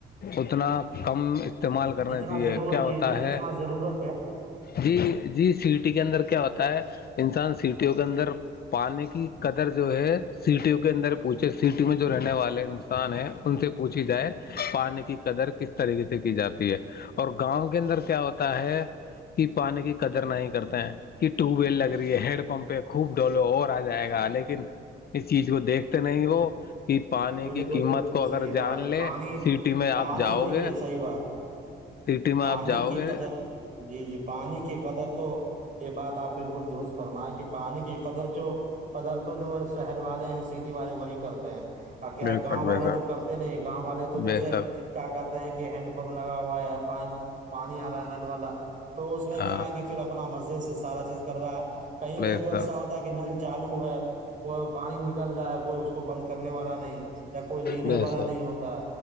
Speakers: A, on the left (about 50°); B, on the right (about 40°).
A: اتنا کم استعمال کرنا
B: جتنا ضرورت
A: کیا
B: جی
A: ہوتا
B: جی
A: ہے
B: جتنا ضرورت ہے
A: جی جی سٹی کے اندر کیا ہوتا ہے انسان سٹیوں کے اندر پانی کی قدر جو ہے سٹیوں کے اندر پوچھے سٹی میں جو رہنے والے انسان ہے ان سے پوچھی جائے پانے کی قدر کس طریق سے کی جاتی ہے اور اور گاؤں کے اندر کیا ہوتا ہے کہ پانی کی قدر نہیں کرتے ہیں کہ ٹیوب ویل لگ رہی ہے ہڈ پمپ ہے خوب ڈولو اور آ جائے گا لیکن اس چیز کو دیکھتے نہیں وہ کہ پانی
B: بالکل
A: کی قیمت
B: بالکل
A: کو اگر
B: صحیح بات
A: جان
B: ہے
A: لے
B: پانی
A: سٹی میں آپ
B: پانی
A: جاؤ
B: دیکھیے
A: گے
B: صحیح بات
A: سٹی میں
B: پانی
A: آپ جاؤ
B: کی
A: گے
B: قدر جی جی پانی کی قدر تو یہ بات آپ بالکل درست فرمائیں کہ پانی کی قدر جو قدر تو جو ہے شہر والے ہیں سٹی والے وہی کرتے ہیں ا کیا
A: بے
B: گاؤں
A: شک
B: والے
A: بے شک
B: تو کرتے نہیں گاؤں والے تو جیسے
A: بے شک
B: کیا کرتے کہ ہینڈ پمپ لگا ہوا ہے پانی پانی آ رہا ہے نل والا تو اس میں
A: ہاں
B: کیا ہے کہ پھر اپنا مزہ جس سے سارا چیز کر رہا ہے کہیں کہیں
A: بے
B: تو ایسا
A: سب
B: ہوتا ہے کہ نل چالو ہے کو پانی نکل کرل رہا ہے کوئی اس کو بند کر کرنے والا نہیں یا کوئی لینے
A: بے
B: والا
A: سب
B: نہیں ہوتا